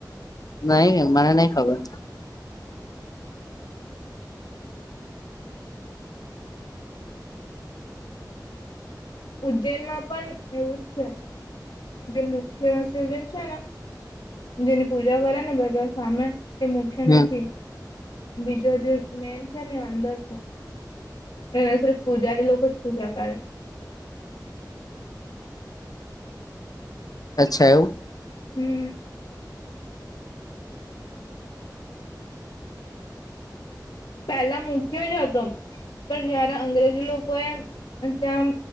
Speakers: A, on the left (about 55°); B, on the left (about 85°).
A: નહી મને નઈ ખબર
B: ઉજ્જૈનમાં પણ એવું જ છે. જે મુખ્ય શિવલીંગ છે ને જેની પૂજા કરે ને બધા સામે તે મુખ્ય
A: હમ
B: નથી બીજો જે મેેઈન છે ને અંદર છે. એ પૂજારી લોકો જ પૂજા કરે
A: અચ્છા એવું
B: હમ પહેલા મૂખ્ય જ હતો પણ જયારે અંગ્રેજ લોકોએ ત્યાં